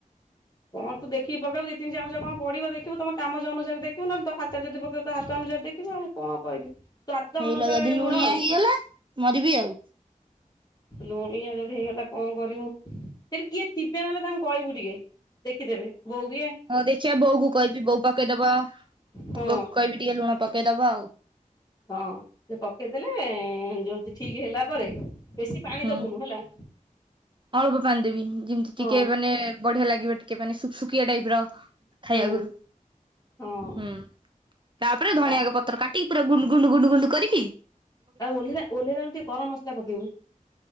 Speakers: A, on the left (about 30°); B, on the right (about 35°).
A: କଣ ତୁ ଦେଖିକି ପକେଇବୁ ଦି ତିନି ଚାମଚ କଣ ପଡିବ ଦେଖିବୁ ତମ ଚାମଚ ଅନୁସାରେ ଦେଖିବୁ ନ ହେଲେ ତୋ ହାତରେ ଯଦି ପକେଇବୁ ତୋ ହାତ ଅନୁସାରେ ଦେଖ ଖିବୁ ଆଉ କଣ କହିବି ସ୍ଵାଦ
B: ହେଇଲୋ
A: ଅନୁସାରେ
B: ଯଦି ଲୁଣିଆ
A: ଲୁଣ ଆଉ।
B: ହେଇଗଲା ମରିବି ଆଉ।
A: ଲୁଣିଆ ଯଦି ହେଇଗଲା କଣ କରିବୁ ସେଠି କିଏ ଥିବେ ନହେଲେ ତାଙ୍କୁ କହିବୁ ଟିକେ। ଦେଖିଦେବେ ବୋଉ ବି ଏ
B: ହଁ ଦେଖିବା ବୋଉ କୁ କଇବି ବୋଉ ପକେଇଦବ
A: ହଁ
B: ବୋଉ କୁ କହିବି ଟିକେ ଲୁଣ ପକେଇଦବ ଆଉ।
A: ହଁ ସେ ପକେଇଦେଲେ ଯୋଉ ସେ ଠିକି ହେଲା ପରେ ବେଶି ପାଣି
B: ହୁଁ
A: ଦବୁନୁ ହେଲା।
B: ଅଳ୍ପ ପାଣି ଦେବି ଯେମିତି
A: ହଁ
B: ଟିକେ ମାନେ ବଢିଆ ଲାଗିବ ଟିକେ ମାନେ ସୁୁଖ ଶୁଖିଆ ଟାଇପ ର ଖାଇବାକୁ
A: ହୁଁ ହଁ।
B: ହୁଁ ତାପରେ ଧଣିଆକୁ
A: ତା
B: ପତ୍ର କାଟିକି ପୁରା ଗୁଣ୍ଡୁ ଗୁଣ୍ଡ ଗୁଣ୍ଡ ଗୁଣ୍ଡୁ କରିକି
A: ଆଉ ଓଲ୍ହେଇଲା ଓଲ୍ହେଇଲାବେଳ କୁ ଟିକେ ଗରମ ମସଲା ପକେଇବୁ।